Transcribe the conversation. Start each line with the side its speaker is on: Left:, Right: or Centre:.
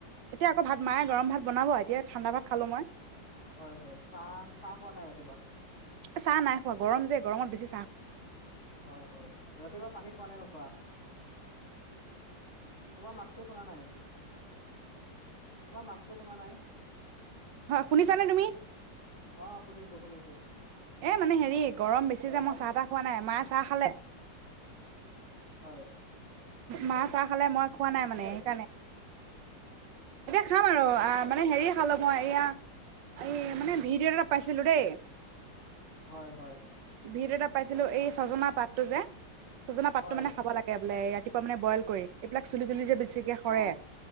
Right: এতিয়া আকৌ ভাত মায়ে গৰম ভাত বনাব এতিয়া ঠাণ্ডা ভাত খালোঁ মই।
Left: হয়, হয়। চাহ, চাহ খোৱা নাই ৰাতিপুৱা?
Right: এ, চাহ নাই খোৱা গৰম যে গৰমত বেছি চাহ
Left: হয়, হয়। ৰাতিপুৱা পানী খোৱা নে নোখোৱা? তোমাৰ মাতটো শুনা নাই, তোমাৰ মাতটো শুনা নাই?
Right: হয় শুনিছানে তুমি?
Left: অ শুনিছো শুনিছো।
Right: এ মানে হেৰি গৰম বেছি
Left: আহ,
Right: যে, মই চাহ টাহ খোৱা নাই। মায়ে চাহ খালে।
Left: হয়।
Right: মা চাহ খালে মই খোৱা নাই
Left: ঠিকে
Right: মানে
Left: আছে
Right: সেইকাৰণে।
Left: অ
Right: এতিয়া খাম আৰু মানে হেৰি খালোঁ মই এয়া এই মানে ভিডিঅ' এটাত পাইছিলো দেই।
Left: হয় হয়।
Right: ভিডিঅ এটাত পাইছিলো, এই ছজনা পাতটো যে ছজনা পাতটো
Left: হয়
Right: মানে খাব লাগে। বোলে ৰাতিপুৱা মানে বইল কৰি, এইবিলাক চুলি তুলি যে বেছিকে সৰে
Left: অ